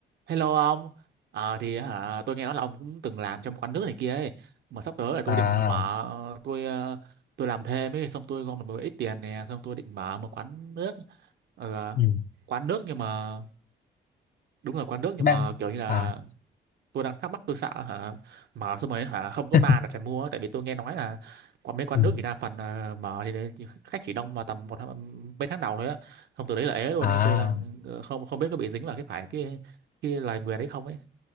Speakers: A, on the right (about 60°); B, on the left (about 45°).
A: Hello ông, Ờ, thì hả tôi nghe nói là ông cũng từng làm trong quán nước này kia ấy, mà sắp tới là
B: à
A: tôi định mở tôi ờ, tôi làm thêm ấy, xong tôi gom được một ít tiền nè, xong tôi định mở một quán nước, Ờ,
B: ừ.
A: quán nước nhưng mà đúng rồi quán nước nhưng
B: ban
A: mà kiểu như là
B: à
A: tôi đang thắc mắc tôi sợ hả mở xong rồi hả không có
B: <laughs>
A: ma là phải mua, tại vì tôi nghe nói là có mấy quán
B: ừ.
A: nước thì đa phần ờ, mở thì đấy, chỉ- khách chỉ đông vào tầm một tháng, mấy tháng đầu thôi á, xong từ đấy là ế luôn
B: à
A: ấy, tôi đang ờ, không không biết có bị dính vào cái phải cái cái lời nguyền đấy không ấy